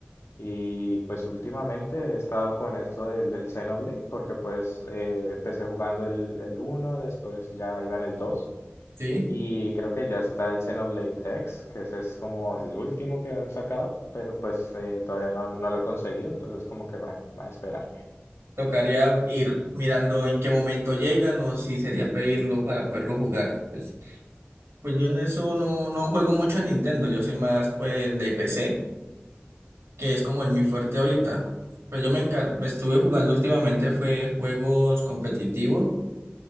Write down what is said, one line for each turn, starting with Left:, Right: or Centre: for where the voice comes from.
Left: Y pues últimamente he estado con esto del, del Xenoblade porque pues eh, empecé jugando el, el uno después ya iba en el 2
Right: Sí.
Left: y creo que ya está el Xenoblade X, que ese es como el último que han sacado, pero pues eh, todavía no, no lo he conseguido, entonces como que bueno, va a esperar.
Right: Tocaría ir mirando en qué momento llegan o si sería pedirlo para poderlo jugar. Pues, pues yo en eso no, no juego mucho en Nintendo. Yo soy más, pues, de PC, que es como el mi fuerte ahorita. Pues yo me encar me estuve jugando últimamente fue juegos competitivos